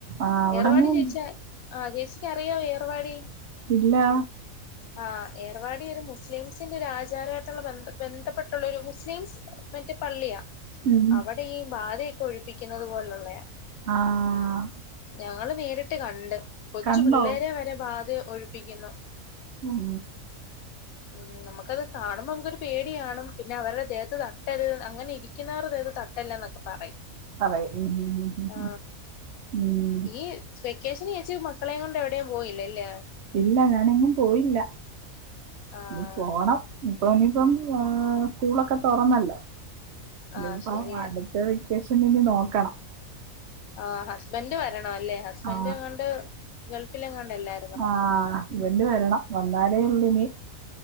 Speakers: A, on the right (about 60°); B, on the left (about 80°).
A: ആഹ് അവിടെങ്ങനെണ്ട്
B: ഏർവാടി ചേച്ചി ആ ചേച്ചിക്കറിയാവോ ഏർവാടി.
A: ഇല്ലാ
B: ആ ഏർവാടിയൊരു മുസ്ലിം സിന്റൊരു ആചാരായായിട്ടൊള്ള ബന്ധപ്പെട്ടുള്ള ഒരു മുസ്ലിംസ് മറ്റേ പള്ളിയാ
A: ഉം
B: അവ ടെയീ ബാധയൊക്കെ ഒഴിപ്പിക്കുന്നതു പോലൊള്ളയാ.
A: ആഹ്
B: ഞങ്ങള് നേരിട്ടുകണ്ട് കൊച്ചു
A: കണ്ടോ
B: പിള്ളേരെവരെ ബാധ ഒഴിപ്പിക്കുന്നു.
A: ഉം
B: ഉം നമുക്കത് കാണുമ്പോ നമുക്കൊരു പേടികാണും പിന്നെ അവരുടെ ദേഹത്ത് തട്ടരുത് അങ്ങനെ ഇരി ക്കുന്നവരുടെ ദേഹത്ത് തട്ടല്ലെന്നൊക്കെ പറയും.
A: പറയും ഉം ഉം ഉം
B: ആ
A: ഉം
B: ഈ വെക്കേഷന് ചേച്ചി മ ക്കളേയും കൊണ്ട് എവിടെയും പോയില്ലാല്ലിയോ
A: ഇല്ല ഞാനെങ്ങും പോയില്ല
B: ആഹ്
A: ഇനി പോണം. ഇപ്പം ഇനിയിപ്പം ആ സ്കൂളൊക്കെ തൊറന്നല്ലോ ഇനിയിപ്പം
B: ആഹ് ശരിയാ.
A: അടു ത്ത വെക്കേഷനിനി നോക്കണം.
B: ആ ഹസ്ബൻഡ് വരണം അല്ലേ ഹസ്ബൻറ്റെങ്ങാണ്ട്
A: ആ
B: ഗൾഫിലെങ്ങാണ്ടല്ലേ.
A: ആഹ് ഹസ്ബന്റുവരണം വന്നാലേയൊള്ളുനി